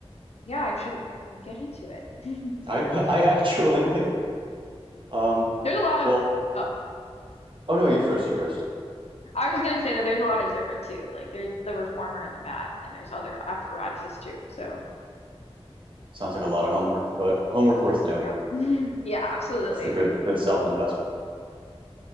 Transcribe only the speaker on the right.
I <laughs> I actually might. Um,
well,
oh no, you first, you first.
Sounds like a lot of homework, but homework worth doing.
It's a good good self-investment.